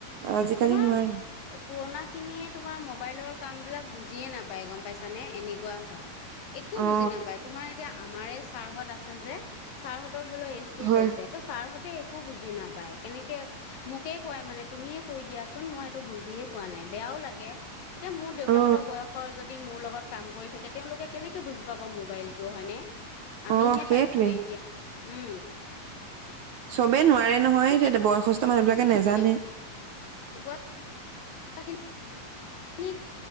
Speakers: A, on the right; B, on the left.
A: আজিকালি
B: তোমাৰ
A: নোৱাৰে
B: পুৰণা খিনিয়ে তোমাৰ মোবাইলৰ কাম বিলাক বুজিয়ে নাপায় গম পাইছানে? এনেকুৱা হয়। একো
A: অ
B: বুজি নাপায়, তোমাৰ এতিয়া আমাৰ ছাৰহঁত আছে যে, ছাৰহঁত ধৰি লওঁ এইজটো
A: হয়
B: হৈছে ত' ছাৰহঁত তে একো বুজি নাপায়। কেনেকে মোকে কোৱাই মানে তুমিয়ে কৈ দিয়াচোন মই এইটো বুজিয়ে পোৱা নাই বেয়াও লাগে, এতিয়া মোৰ দেউতাহঁতৰ
A: অ
B: বয়সৰ যদি মোৰ লগত কাম কৰি থাকে তেওঁলোকে কেনেকে বুজি পাব মোবাইলটো হয়নে? আমিহে
A: অ সেইটোৱে
B: পাইছো এতিয়া উম।
A: চবেই নোৱাৰে নহয়, এতিয়া
B: সেই
A: বয়স মানুহবিলাকে
B: তেনেকুৱা
A: নেজানে
B: <unintelligible> <unintelligible> খিনি